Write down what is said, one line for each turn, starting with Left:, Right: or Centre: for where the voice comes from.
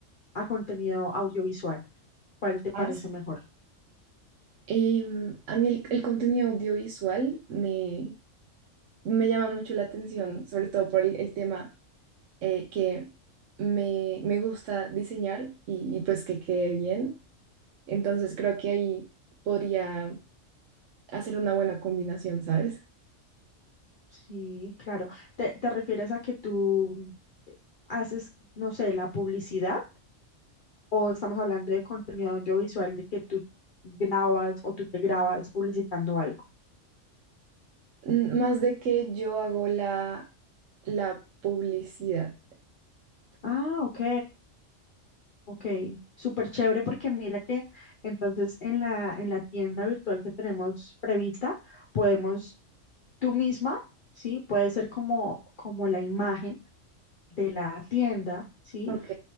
Left: a contenido audiovisual. ¿Cuál te parece
Right: Más.
Left: mejor?
Right: Em, a mí el, el contenido audiovisual me, me llama mucho la atención, sobre todo por el el tema eh, que me, me gusta diseñar y, y pues que quede bien. Entonces creo que ahí podría hacer una buena combinación, ¿sabes?
Left: Sí, claro. ¿Te, te refieres a que tú haces, no sé, la publicidad? ¿O estamos hablando de contenido audiovisual de que tú grabas o tú te grabas publicitando algo?
Right: Mm, Más de que yo hago la, la publicidad.
Left: Ah, ok. Ok, súper chévere porque mira que entonces en la, en la tienda virtual que tenemos prevista, podemos tú misma, ¿sí? Puede ser como, como la imagen de la tienda, ¿sí?
Right: Ok.